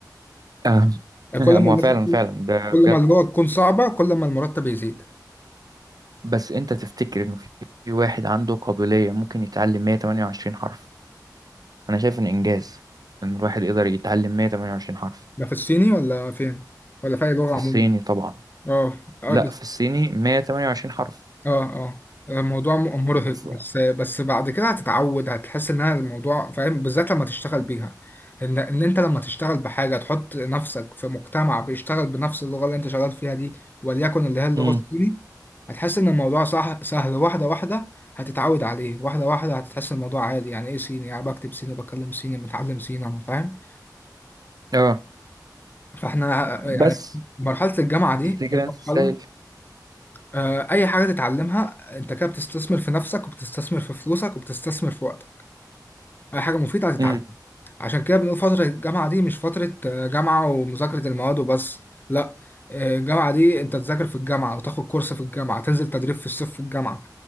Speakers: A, on the right (about 60°); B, on the left (about 25°).
A: آه.
B: يعني
A: <laughs>
B: كل ما
A: ما
B: اللغة-
A: فعلا فعلا ده
B: كل
A: بجد
B: ما اللغة تكون صعبة كل ما المرتب يزيد
A: بس أنت تفتكر إنه في في واحد عنده قابلية ممكن يتعلم 128 حرف أنا شايف إن إنجاز إن الواحد يقدر يتعلم 128 حرف
B: ده في الصيني ولا فين ولا في اي لغة
A: في
B: عموما
A: الصيني طبعا
B: اه آه،
A: لا في الصيني 128 حرف
B: اه اه الموضوع م- مرهق
A: ف-
B: بس بس بعد كده هتتعود هتحس انها الموضوع فاهم بالذات لما تشتغل بيها ان ان انت لما تشتغل بحاجه تحط نفسك في مجتمع بيشتغل بنفس اللغه اللي انت شغال فيها دي وليكن اللي هي اللغه
A: مم.
B: الصيني هتحس ان الموضوع صح سهل واحده واحده هتتعود عليه واحده واحده هتحس الموضوع عادي يعني ايه صيني يعني بكتب صيني بكلم صيني متعلم صيني انا فاهم
A: اه
B: فاحنا يعني
A: بس
B: مرحله الجامعه دي
A: تفتكر
B: هي
A: انت
B: مرحله
A: تستاهل
B: آه، اي حاجه تتعلمها انت كده بتستثمر في نفسك وبتستثمر في فلوسك وبتستثمر في وقتك اي حاجه مفيده هتتعلمها
A: امم
B: عشان كده بنقول فتره الجامعه دي مش فتره آه، جامعه ومذاكره المواد وبس لا آه، الجامعه دي انت تذاكر في الجامعه وتاخد كورس في الجامعه تنزل تدريب في الصيف في الجامعه